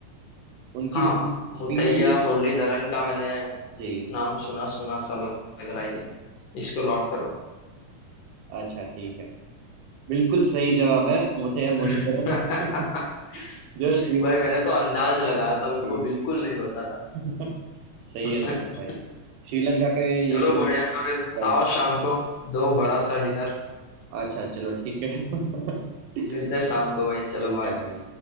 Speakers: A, on the right (about 80°); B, on the left (about 75°).
A: उनकी
B: हाँ
A: स्पिन
B: मुथैया
A: भी
B: मुरलीधरन का मैंने
A: जी
B: नाम सुना सुना सा लग रहा है ये इसको लॉक करो
A: अच्छा ठीक है बिल्कुल सही जवाब है मुथैया मुरलीधरन
B: <laughs>
A: <laughs> जो श्री
B: भाई मैंने तो अंदाज लगाया था बिल्कुल
A: जी।
B: बिल्कुल नहीं पता
A: <laughs> सही
B: था
A: है सही है भाई
B: <laughs>
A: श्रीलंका के
B: चलो
A: ये गेम
B: बढ़िया फिर
A: बस
B: आओ शाम को दो बड़ा
A: ठीक।
B: सा डिनर <laughs>
A: अच्छा चलो ठीक है <laughs>
B: मिलते हैं शाम को भाई चलो
A: मिलते
B: बाय
A: हैं भाई